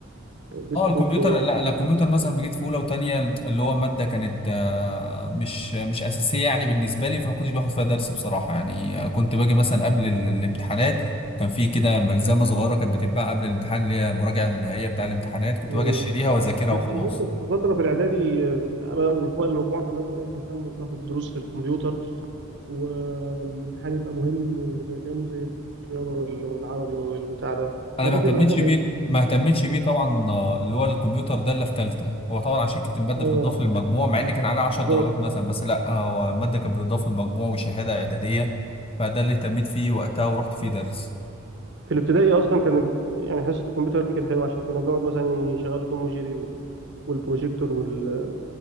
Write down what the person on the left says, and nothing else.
اه الكمبيوتر
لا لا، الكمبيوتر مثلا في جيت في اولى وتانية اللي هو ماده كانت آه، مش مش اساسيه يعني بالنسبه لي فما كنتش باخد فيها درس بصراحه يعني آه، كنت باجي مثلا قبل ال- الامتحانات كان في كده ملزمه صغيره كانت بتتباع قبل الامتحان اللي هي المراجعه النهائيه بتاع الامتحانات كنت
باجي اشتريها واذاكرها
وخلاص
انا
ما
اهتمتش
بيه ما اهتمتش بيه طبعا آه، اللي هو الكمبيوتر ده اللي في ثالثه هو طبعا عشان كانت الماده
بتضاف للمجموع مع ان كان عليها 10
درجات مثلا بس لا هو الماده كانت بتضاف للمجموع وشهاده اعداديه فده اللي اهتميت فيه وقتها ورحت فيه درس